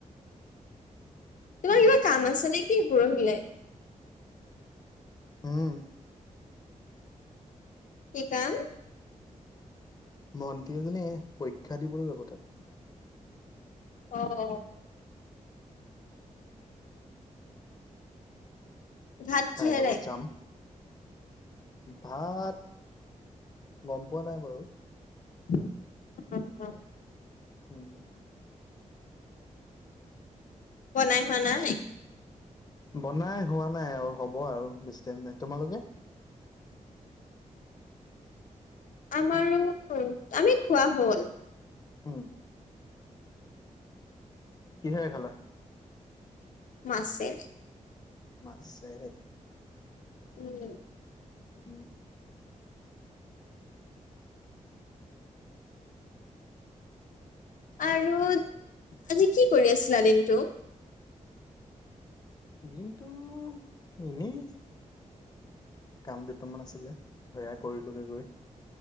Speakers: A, on the left; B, on the left.
A: তোমাৰ কিবা কাম আছে নেকি পৰহিলৈ
B: হম
A: কি কাম
B: মন্ত্ৰী এজনী পৰীক্ষা দিবলৈ যাব তাত
A: অ অ ঘাট
B: তাইৰ
A: চেহেৰে
B: লগত
A: <unintelligible>
B: যাম ভাত গম পোৱা নাই বাৰু
A: উ অ
B: উম
A: ব নাই হোৱা না
B: বনাই হোৱা নাই আৰু হ'ব আৰু বেছি টাইম নাই তোমালোকে
A: আমাৰো <unintelligible> আমি খোৱা হ'ল
B: হম কি হয় <unintelligible> খালা
A: মাছে
B: মাছেৰে
A: উম
B: উম
A: আৰু আজি কি কৰি আছিলা দিনটো
B: দিনতটো এনেই কাম দুটামান আছিলে সেয়াাই কৰিলোগে গৈ